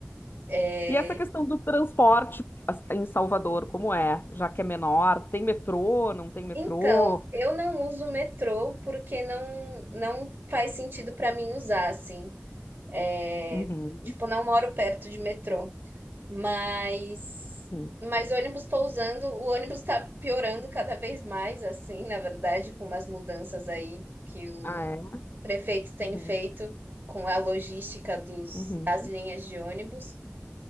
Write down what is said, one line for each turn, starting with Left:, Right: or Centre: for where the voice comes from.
Right: É,
Left: E essa questão do transporte as- em Salvador, como é? Já que é menor, tem metrô, não tem metrô?
Right: Então, eu não uso metrô porque não, não faz sentido para mim usar, assim. É,
Left: Uhum,
Right: tipo, não moro perto de metrô. Mas,
Left: uhum.
Right: mas ônibus estou usando. O ônibus está piorando cada vez mais, assim, na verdade, com umas mudanças aí que o
Left: Ah, é?
Right: prefeito tem
Left: Uhum,
Right: feito com a logística dos,
Left: uhum.
Right: das linhas de ônibus.